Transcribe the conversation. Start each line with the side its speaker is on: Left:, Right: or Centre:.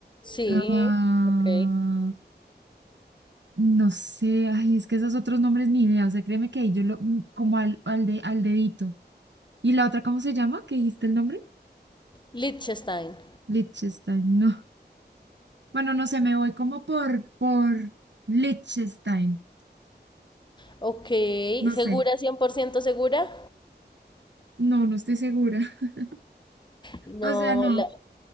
Left: Sí.
Right: Ah,
Left: Ok.
Right: no sé, ay, es que esos otros nombres ni idea, o sea, créeme que ahí yo lo, mm, como al, al, de, al dedito. ¿Y la otra, cómo se llama? ¿Qué dijiste el nombre?
Left: Liechtenstein.
Right: Liechtenstein, <laughs> no. Bueno, no sé, me voy como por, por Liechtenstein.
Left: Ok,
Right: No
Left: ¿segura,
Right: sé.
Left: 100% segura?
Right: No, no estoy segura. <laughs>
Left: No,
Right: O sea, no.
Left: la,